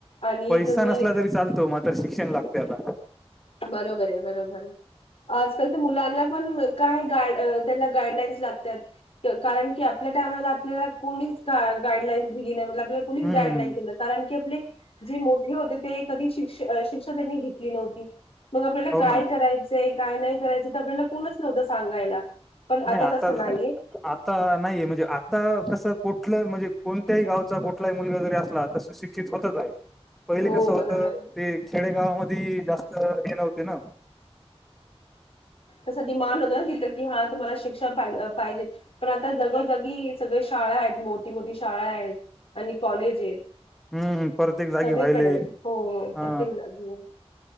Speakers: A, on the left; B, in the centre.
A: आणि
B: पैसा
A: तुम्ही
B: नसला तरी चालतो मात्र शिक्षण लागते आता
A: बरोबर आहे बरोबर आहे आजकाल तर मुलांना पण काय गा त्यांना गाईडलाईन्स लागतात कारण की आपल्या टायमला आपल्याला कोणीच गाडलाईनस दिली नाही म्हट आपल्याला कोणीच
B: हम्म.
A: गाईड नाही केलं कारण की आपले जे मोठे होते ते कधी शिक्ष शिक्षा त्यांनी घेतली नव्हती मग आपल्याला
B: हो
A: काय
B: ना
A: करायचंय काय नाही करायचंय तर आपल्याला कोणच नव्हत सांगायला. पण
B: नाही आता
A: तसं नाहीये
B: आता नाहीये म्हणजे आता कसं कुठलं म्हणजे कोणत्याही गावचा कुठलाही मुलगा जरी असला तस सुशि क्षित होतच आहे पहिले
A: हो
B: कस होत
A: बरोबर आहे.
B: ते खेडेगावामधी जास्त हे नव्हते ना
A: तस डिमांड होत ना तिथं की हा तुम्हाला शिक्षा पाहिजे पण आता जगोजगी सगळे शाळा आहेत मोठी मोठी शाळा आहेत आणि कॉलेज आहेत
B: हम्म. प्रत्येक जागी
A: सगळीकडे
B: व्हायले
A: आहेत हो
B: हा.
A: प्रत्येक जागेवर